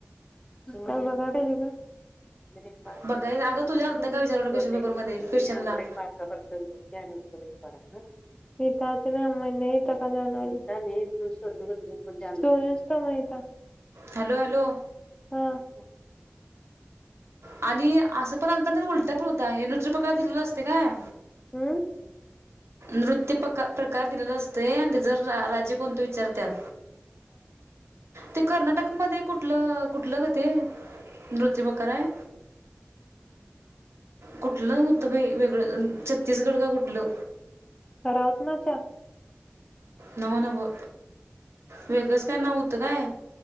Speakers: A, on the left (about 20°); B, on the right (about 75°).
A: काय बघायला पाहिजे ग. <unintelligible>
B: बघायला अगं तुझ्या आलतं काय विचारलं क्वेश्चन पेपरमध्ये
A: <unintelligible>
B: क्वेश्चनला
A: <unintelligible> <unintelligible>
B: हॅलो हॅलो
A: हम
B: आणि असं पण आलता त उलटा पण होता ए नूट रुपयया दिलेला असते काय?
A: हम
B: नृत्य प्र प्रकार दिलेला असते आणि जर राज्य कोणत विचारत्यात ते कर्नाटकमध्ये. कुठलं कुठलं ग ते नृत्य प्रकार आहे? कुठलं होतं बाई वेगळं छत्तीसगड का कुठलं.
A: <unintelligible>
B: नव्ह नव्ह वेगळंच काय नाव होतं काय.